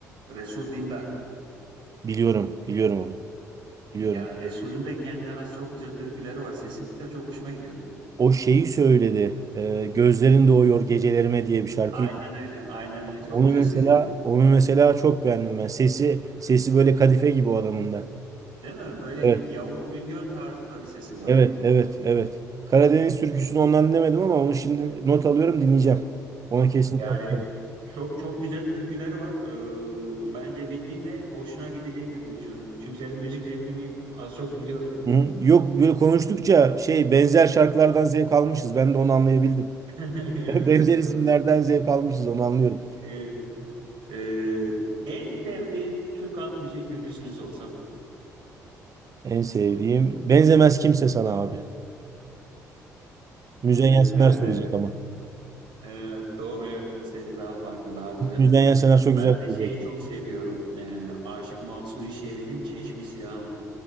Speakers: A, on the right; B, on the right.
A: Resul Dindar.
B: Biliyorum. Biliyorum onu. Biliyorum.
A: Ya
B: Evet.
A: Resul'ün de kendine has çok güzel türküleri var. Sesi de çok hoşuma gidiyor.
B: O şeyi söyledi. e, Gözlerin Doğuyor Gecelerime diye bir şarkıyı.
A: Aynen öyle, aynen öyle.
B: Onu
A: Çok güzel
B: mesela
A: söylüyor.
B: onu mesela çok beğendim ben. Sesi sesi böyle kadife gibi o adamın da.
A: Değil mi? Böyle
B: Evet,
A: Yavuz Bingöl tarzında bir sesi var.
B: evet, evet, evet. Karadeniz türküsünü ondan dinlemedim ama onu şimdi not alıyorum dinleyeceğim. Ona kesinlikle
A: Yani
B: bakarım.
A: çok çok güzel türküleri var. Ee, bence bir dinle hoşuna gidecektir diye düşünüyorum. Çünkü senin müzik zevkini az çok biliyorum.
B: Hı hı. Yok böyle konuştukça şey benzer şarkılardan zevk almışız. Ben de onu anlayabildim.
A: <laughs> Evet
B: <laughs> Benzer
A: evet doğru.
B: isimlerden zevk almışız onu anlıyorum.
A: Evet. Ee, en sevdiğin Türk halk müziği türküsünü sorsam.
B: En sevdiğim Benzemez Kimse Sana abi. Müzeyyen
A: Ee,
B: Senar
A: ben
B: söyleyecek
A: de
B: ama.
A: e, doğru evet onun sesi daha farklı daha güzel.
B: Müzeyyen Senar çok
A: Ben
B: güzel
A: de
B: söylüyor.
A: şeyi çok seviyorum. Ee, Aşık Mahzuni Şerif'in Çeşmi Siyahım.